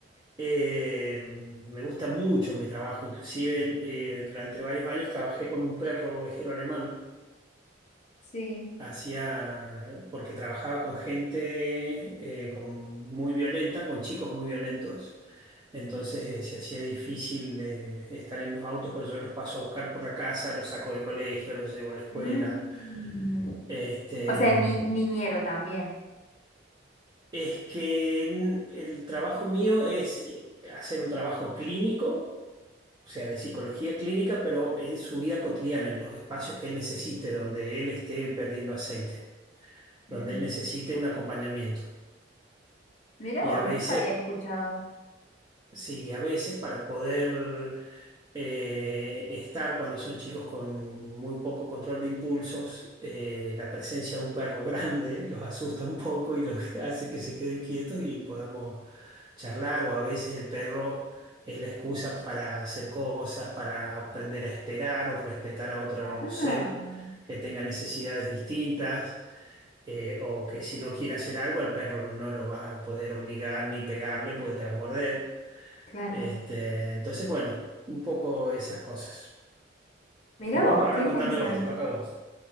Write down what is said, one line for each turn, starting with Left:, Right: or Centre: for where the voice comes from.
Right: eh, me gusta mucho mi trabajo, inclusive eh, durante varios años trabajé con un perro ovejero alemán,
Left: Sí.
Right: hacía, porque trabajaba con gente eh, con- muy violenta, con chicos muy violentos, entonces eh, se hacía difícil de estar en los autos, pues yo los paso a buscar por la casa, los saco del colegio, los llevo a la escuela.
Left: Mm.
Right: Este,
Left: O sea, ni- niñero también.
Right: Es que n- el trabajo mío es eh, hacer un trabajo clínico, o sea, de psicología clínica, pero en su vida cotidiana, en los espacios que él necesite, donde él esté perdiendo aceite, donde
Left: Mm.
Right: él necesite un acompañamiento.
Left: Mira
Right: Y
Left: vos,
Right: a veces,
Left: nunca había escuchado.
Right: sí, a veces para poder eh, estar cuando son chicos con muy poco control de impulsos, eh, la presencia de un perro <laughs> grande los asusta un poco y los <laughs> hace que se queden quietos y podamos charlar o a veces el perro es la excusa para hacer cosas, para aprender a esperar o respetar a otro
Left: Ah,
Right: ser que tenga necesidades distintas. eh, o que si no quiere hacer algo, al perro no lo vas a poder obligar ni pegarle porque te va a morder.
Left: claro.
Right: Este, entonces, bueno, un poco esas cosas.
Left: Mira vos,
Right: Vos ahora
Left: qué interesante.
Right: contame vos, te toca a vos.